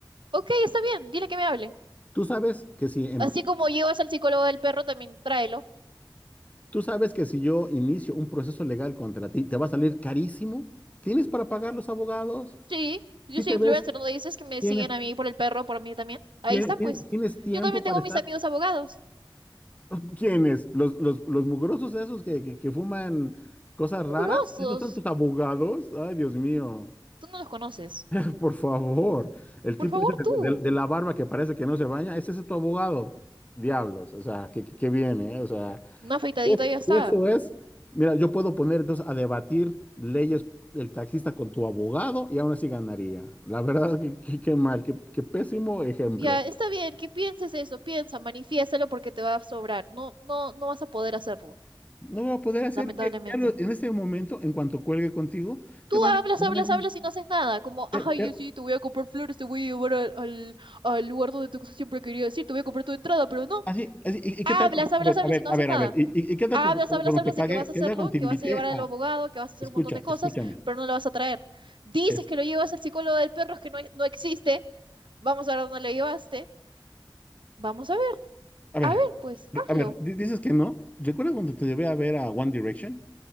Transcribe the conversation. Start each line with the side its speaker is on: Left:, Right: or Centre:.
Right: Ok, está bien. Dile que me hable.
Left: Tú sabes que si, em-
Right: Así como llevas al psicólogo del perro, también tráelo.
Left: tú sabes que si yo inicio un proceso legal contra ti, te va a salir carísimo. ¿Tienes para pagar los abogados?
Right: Sí, yo
Left: Si
Right: soy
Left: te
Right: influencer,
Left: ves...
Right: ¿no dices que me
Left: Tienes
Right: siguen a mí por el perro, por mí también? Ahí
Left: ¿Tien-
Right: está,
Left: tien-
Right: pues.
Left: ¿Tienes tiempo
Right: Yo también
Left: para
Right: tengo
Left: estar?
Right: mis amigos abogados.
Left: <laughs> ¿Quiénes? ¿Los, los, los mugrosos esos que, que, que fuman cosas raras?
Right: grosos.
Left: ¿Esos son tus abogados? Ay, Dios mío,
Right: Tú no los conoces.
Left: <laughs> por favor. El
Right: Por
Left: tipo
Right: favor,
Left: ese
Right: tú.
Left: de, de- de la barba que parece que no se baña, ¿es ese tu abogado? Diablos, o sea, que, que, que viene, ¿eh? O sea,
Right: Una afeitadita
Left: es-
Right: y ya está.
Left: eso es. Mira, yo puedo poner entonces a debatir leyes el taxista con tu abogado y aún así ganaría. La verdad, que, que- qué mal, qué, qué pésimo ejemplo.
Right: Ya, está bien, que pienses eso, piensa, manifiéstalo porque te va a sobrar. No, no, no vas a poder hacerlo,
Left: No va a poder hacer
Right: lamentablemente.
Left: que ya lo- en este momento, en cuanto cuelgue contigo,
Right: Tú
Left: te van
Right: hablas,
Left: a... te
Right: hablas,
Left: van a-
Right: hablas y no haces nada. Como,
Left: te-
Right: ay,
Left: te-
Right: yo sí, te voy a comprar flores, te voy a llevar al, al, al lugar donde tú siempre quería decir, te voy a comprar tu entrada, pero no.
Left: así, así, ¿y, y qué
Right: Hablas,
Left: tal?
Right: hablas,
Left: A ver,
Right: hablas
Left: a ver,
Right: y no
Left: a
Right: haces
Left: ver,
Right: nada.
Left: a ver. ¿Y, y- y qué tal
Right: Hablas,
Left: cu- cu-
Right: hablas,
Left: cuando
Right: hablas
Left: te pague?
Right: de que vas a
Left: ¿Qué
Right: hacerlo,
Left: tal cuando te
Right: que
Left: invité
Right: vas a llevar al
Left: a...
Right: abogado, que vas a hacer
Left: Escucha,
Right: un montón de cosas,
Left: escúchame.
Right: pero no lo vas a traer. Dices
Left: es-
Right: que lo llevas al psicólogo del perro, es que no, no existe, Vamos a ver dónde le llevaste. Vamos a ver,
Left: a ver,
Right: a ver, pues hazlo.
Left: a ver, di- dices que no. ¿Recuerdas cuando te llevé a ver a One Direction?